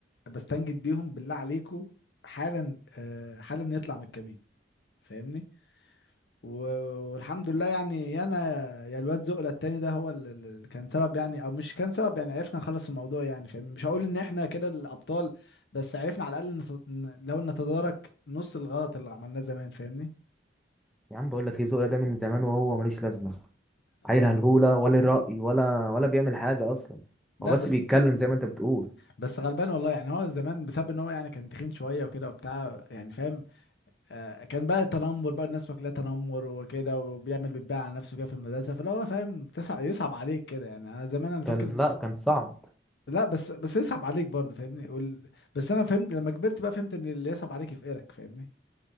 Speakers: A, on the left; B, in the centre.
A: بستنجد بيهم بالله عليكم حالا آه حالا يطلع من الكمين فاهمني و... والحمد لله يعني يا انا يا الواد زقله التاني ده هو اللي اللي كان سبب يعني او مش كان سبب يعني عرفنا نخلص الموضوع يعني فاهمني مش هقول ان احنا كده الابطال بس عرفنا على الاقل نت... لو نتدارك نص الغلط اللي عملناه زمان فاهمني
B: يا عم بقول لك ايه ذوقي ده من زمان وهو ملوش لازمه عيل هلهوله ولا ليه راي ولا ولا بيعمل حاجه اصلا
A: لا
B: هو بس
A: بس
B: بيتكلم زي ما انت بتقول
A: بس غلبان والله يعني هو زمان بسبب ان هو يعني كان تخين شويه وكده وبتاع يعني فاهم آه كان بقى تنمر بقى الناس فاكراه تنمر وكده وبيعمل بيتباع على نفسه كده في المدرسه فاللي هو فاهم تسع يصعب عليك كده يعني انا زمان انا
B: كان
A: فاكر
B: لا كان صعب
A: لا بس بس يصعب عليك برضه فاهمني وال... بس انا فهمت لما كبرت بقى فهمت ان اللي يصعب عليك يفقرك فاهمني